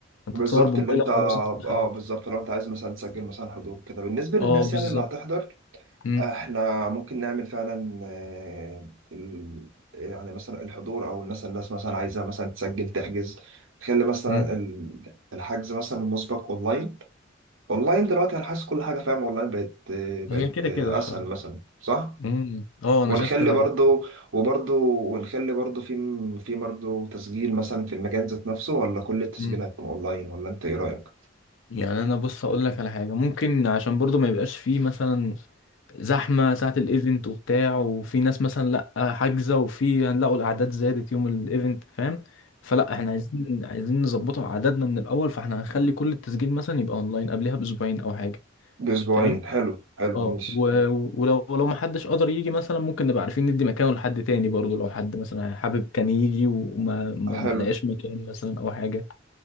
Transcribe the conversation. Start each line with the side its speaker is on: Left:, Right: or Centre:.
Left: انت
Right: بالظبط
Left: تصور بموبايلك
Right: اللي انت
Left: خلاص
Right: اه
Left: <laughs> انت دخلت
Right: بالظبط لو انت عايز مثلا تسجل مثلا حضور كده بالنسبه للناس
Left: اه بالظبط
Right: يعني اللي هتحضر
Left: امم
Right: احنا ممكن نعمل فعلا آه، ال... يعني مثلا الحضور او الناس الناس مثلا عايزه مثلا تسجل تحجز تخلي مثلا
Left: امم
Right: ال- الحجز مثلا المسبق اونلاين اونلاين دلوقتي انا حاسس كل حاجه فاهم اونلاين بقت آه، بقت
Left: هي كده
Right: آه،
Left: كده بصراحة
Right: اسهل مثلا صح
Left: امم اه انا
Right: ونخلي
Left: شايف كده
Right: برضو
Left: برضه
Right: وبرضو ونخلي برضو في في برضو تسجيل مثلا في المجال ذات نفسه ولا كل التسجيلات
Left: امم
Right: هتكون اونلاين ولا انت ايه رايك؟
Left: يعني انا بص اقول لك على حاجه ممكن عشان برضه ما يبقاش فيه مثلا زحمه ساعه الايفنت وبتاع وفي ناس مثلا لا حاجزه وفي هنلاقوا الاعداد زادت يوم الايفنت فاهم فلا احنا عايزين عايزين نظبطه اعدادنا من الاول فاحنا هنخلي كل التسجيل مثلا يبقى اونلاين قبلها باسبوعين او حاجه
Right: بأسبوعين
Left: فاهم
Right: حلو حلو
Left: اه
Right: ماشي
Left: و- ولو لو ما حدش قدر يجي مثلا ممكن نبقى عارفين ندي مكانه لحد تاني برضه لو حد مثلا حابب كان يجي وما ما ما
Right: حلو
Left: لقاش مكان مثلا او حاجه